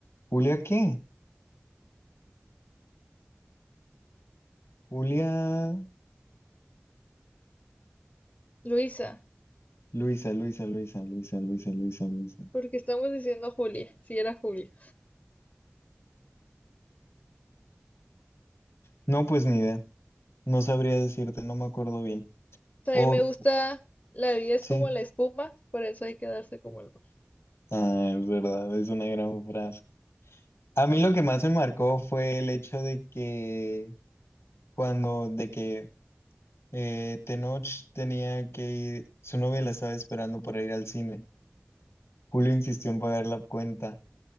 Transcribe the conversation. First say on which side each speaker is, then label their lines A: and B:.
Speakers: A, on the left; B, on the left.
A: ¿Julia qué? Julia,
B: Luisa,
A: Luisa, Luisa, Luisa, Luisa, Luisa, Luisa, Luisa.
B: porque estamos diciendo Julia, si era Julia.
A: No, pues ni idea. No sabría decirte, no me acuerdo bien.
B: O sea,
A: O
B: a mí me gusta, la vida es
A: sí.
B: como la espuma, por eso hay que darse como el mar.
A: Ah, es verdad, es una gran frase. A mí lo que más me marcó fue el hecho de que cuando, de que eh, Tenoch tenía que ir, su novia la estaba esperando para ir al cine. Julio insistió en pagar la cuenta.